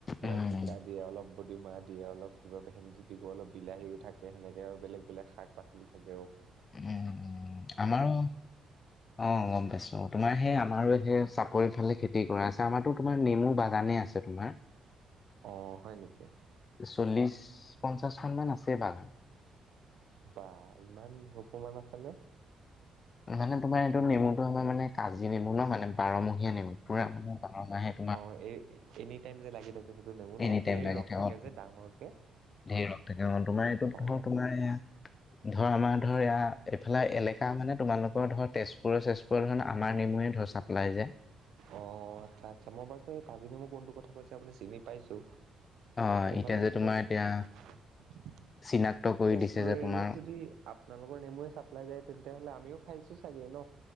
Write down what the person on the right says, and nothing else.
অলপ জিকা দিয়ে অলপ বদিমাহ দিয়ে অলপ, কিবা ভেন্দি দিব অলপ, বিলাহীও থাকে সেনেকে আৰু বেলেগ বেলেগ শাক-পাচলি থাকে আৰু।
অ, হয় নেকি?
বা ইমান সোপামান, আছে নে?
অ, এই এনি টাইম যে লাগি থাকে সেইটো নেমু ন,
ঢেৰ
ৰস থাকে
যে ডাঙৰকে।
অ
অ, আচ্ছা, আচ্ছা মই বাৰু কাজিমেমু কোনটো কথা কৈছে আপুনি চিমি পাইছো।
এইফালে
তেজ-তেজপুৰৰ
এৰিয়াত যদি আপোনালোকৰ নেমুৱে চাপ্লাই যায় তেতিয়া হ'লে আমিও খাইছো চাগে ন,